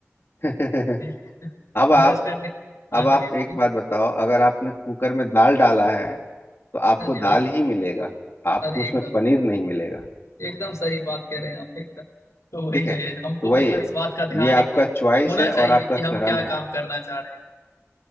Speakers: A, on the left; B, on the left.
A: <laughs>
B: जी।
A: अब आप
B: अंडरस्टैंडिंग हाँ
A: अब आप
B: जी भैया
A: एक
B: बोलिए
A: बात बताओ अगर आपने कुकर में दाल डाला है तो आपको
B: हाँ जी
A: दाल
B: भैया
A: ही मिलेगा आपको
B: अरे
A: उसमें
B: एकदम
A: पनीर नहीं मिलेगा
B: एकदम सही बात कह रहे हैं आप एकदम तो वही
A: ठीक
B: है
A: है
B: हमको
A: तो वही
B: मतलब
A: है
B: इस बात का ध्यान
A: ये
B: एकदम
A: आपका चॉइस
B: होना
A: है
B: चाहिए
A: और आपका
B: कि
A: कर्म
B: हम क्या
A: है
B: काम करना चाह रहे हैं